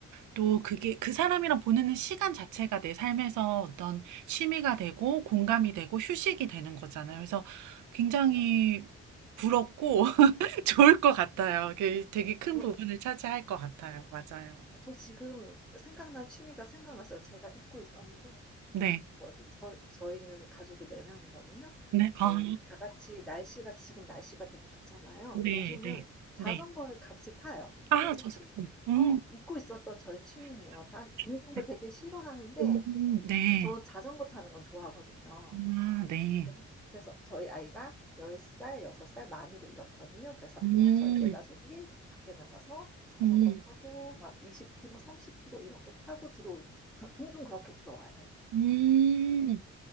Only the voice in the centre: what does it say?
네.
저
저 지금 생각난 취미가 생각났어요. 제가 잊고 있었는데
뭐지? 저 저희는 가족이 4 명이거든요.
저희
다 같이 날씨가 지금 날씨가 되게 좋잖아요.
요즘은
자전거를
같이 타요.
이것도
취
어 잊고 있었던 저의 취미네요. 난 운동을
되게
싫어하는데
저 자전거 타는 건 좋아하거든요.
그래서 그래서 저희 아이가 10살, 6살 만으로 이렇거든요. 그래서
저희 네 가족이 밖에 나가서 자전거
타고 막 20km, 30km 이렇게 타고 들어올 가- 종종 그렇게 들어와요.